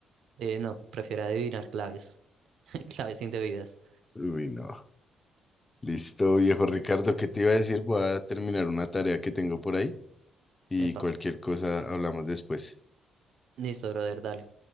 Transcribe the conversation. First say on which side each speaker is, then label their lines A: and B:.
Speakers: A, on the right; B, on the left.
A: eh, no, prefiere adivinar claves, <laughs> claves indebidas.
B: Uy, no. Listo, viejo Ricardo, ¿qué te iba a decir? Voy a terminar una tarea que tengo por ahí y
A: Epa,
B: cualquier cosa hablamos después.
A: listo, brother, dale.